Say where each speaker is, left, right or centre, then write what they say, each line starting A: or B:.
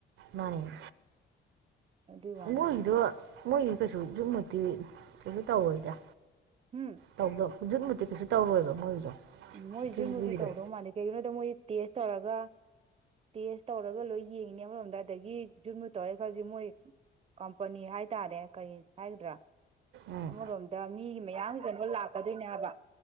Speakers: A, on the right; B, on the right.
A: ꯃꯥꯟꯅꯤ
B: ꯑꯗꯨꯒꯤ ꯋꯥꯅꯤꯗ
A: ꯃꯣꯏꯒꯤꯗꯣ ꯃꯣꯏꯒꯤ ꯀꯩꯁꯨ ꯖꯨꯠ ꯃꯨꯠꯇꯤ ꯀꯩꯁꯨ ꯇꯧꯔꯣꯏꯗꯥ
B: ꯎꯝ
A: ꯇꯧꯗ ꯖꯨꯠ ꯃꯨꯠ ꯇꯤꯀꯩꯁꯨ ꯇꯧꯔꯣꯏꯕ ꯃꯣꯏꯒꯤꯗꯣ ꯁꯤꯛꯁꯇꯤ
B: ꯎꯝ ꯃꯣꯏ ꯖꯨꯠ
A: ꯁꯤꯛꯁꯇꯤꯒꯤꯗꯣ
B: ꯃꯨꯠꯇꯤ ꯇꯧꯗꯧ ꯃꯥꯟꯗꯦ ꯀꯩꯒꯤꯅꯣꯗꯤ ꯃꯣꯏ ꯇꯦꯁ ꯇꯧꯔꯒ ꯇꯦꯁ ꯇꯧꯔꯒ ꯂꯣꯏ ꯌꯦꯡꯉꯤꯅꯤ ꯑꯃꯔꯣꯝꯗ ꯑꯗꯒꯤ ꯖꯨꯨꯠ ꯃꯨꯠ ꯇꯧꯔꯦ ꯈꯜꯖꯤ ꯃꯣꯏ ꯀꯝꯄꯅꯤ ꯍꯥꯏꯇꯥꯔꯦ ꯀꯔꯤ ꯍꯥꯏꯒꯗ꯭ꯔꯥ
A: ꯎꯝ
B: ꯑꯃꯔꯣꯝꯗ ꯃꯤꯒꯤ ꯃꯌꯥꯝꯒꯤ ꯀꯅꯣ ꯂꯥꯛꯀꯗꯣꯏꯅꯦ ꯍꯥꯏꯕ